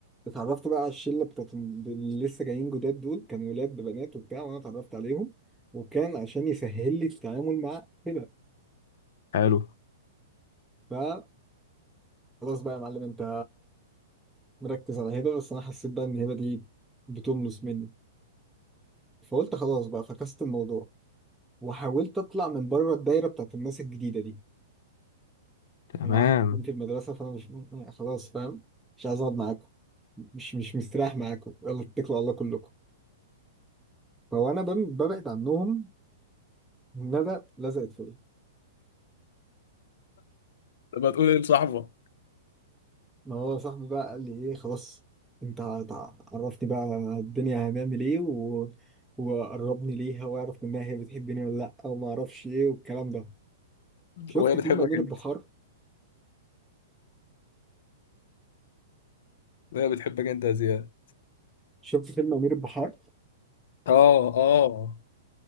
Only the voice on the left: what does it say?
حلو
تمام
تبقى تقول ايه لصاحبك
وهي بتحبك
انت
وهي بتحبك انت يا زياد
اه اه